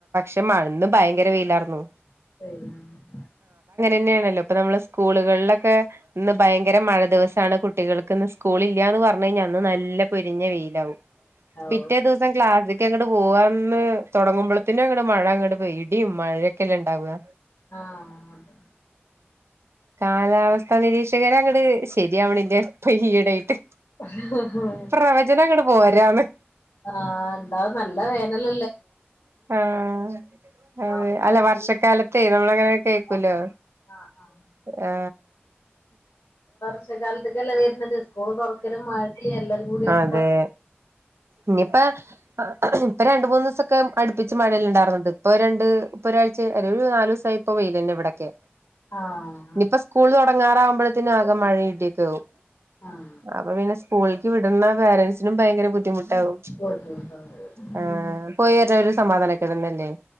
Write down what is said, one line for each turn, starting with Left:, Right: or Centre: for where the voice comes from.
Right: <unintelligible> ഭയങ്കര വെയിലായിർന്നു
Left: <inaudible>
Right: ന്നേണല്ലോ ഇപ്പം നമ്മള് സ്കൂളുകളിലൊക്കെ ഇന്ന് ഭയങ്കര മഴ ദിവസാണ് കുട്ടികൾക്ക് ഇന്ന് സ്കൂൾ ഇല്ലന്ന് പറഞ്ഞു കഴിഞ്ഞാൽ അന്ന് നല്ല പൊരിഞ്ഞ വെയി ലാവും
Left: ഓ
Right: പിറ്റേ ദിവസം ക്ലാസ് ക്ക്യ അങ്ങട് പോവാന്ന് തുടങ്ങുമ്പൊള്ത്തിന് അങ്ങട് മഴ അങ്ങട് പെയ്യ ഇടിയും മഴയക്കല്ലേ ഇണ്ടാവാ
Left: ആഹ് അതെ
Right: കാലാവസ്ഥാ നിരീക്ഷകര് അങ്ങട്ട് ശരിയാവ്ണില്ല ഇപ്പൊ ഈയിടയായിട്ട്
Left: അതെ
Right: പ്രവചന അങ്ങട് പോരാന്ന്
Left: ആഹ് ഇണ്ടാവും നല്ല വേനല
Right: ആഹ് അതെ
Left: അപ്പൊ
Right: അല്ല
Left: ഇനി
Right: വർഷക്കാലത്തേ നമ്മള അങ്ങനെ കേക്കൂലോ
Left: ആഹ് ആഹ് ആഹ്
Right: ആ
Left: വർഷക്കാലത്തേക്ക് അല്ലേ വരുന്നത് സ്കൂൾ തുറക്കലും മഴിം എല്ലം കൂടി ഒപ്പം
Right: അതെ ഇനിയിപ്പ ഇപ്പൊ രണ്ടുമൂന്നു ദിവസൊക്കെ അടുപ്പി ച്ച് മഴല്ല ഉണ്ടായിർന്നത് ഇപ്പൊ രണ്ട് ഇപ്പൊ ഒരാഴ്ച ഏതായാലും ഒരു നാലൂസായി ഇപ്പോ വെയിലന്നെ ഇവിടൊക്കെ
Left: ആഹ്
Right: ഇനിപ്പോ സ്കൂള് തുടങ്ങാറാവുമ്പോഴ്ത്തിനും ആകെ മഴിം ഇടിം ആവും
Left: ആഹ്
Right: അപ്പം പിന്നെ സ്കൂൾ ക്ക് വിടുന്ന പേരൻസ് നും ഭയങ്കര ബുദ്ധിമുട്ടാവും
Left: ബുദ്ധിമുട്ടാവും.
Right: ആ
Left: ഉം.
Right: പോയി വര്നവരെ സമാധാനക്കേടന്നല്ലേ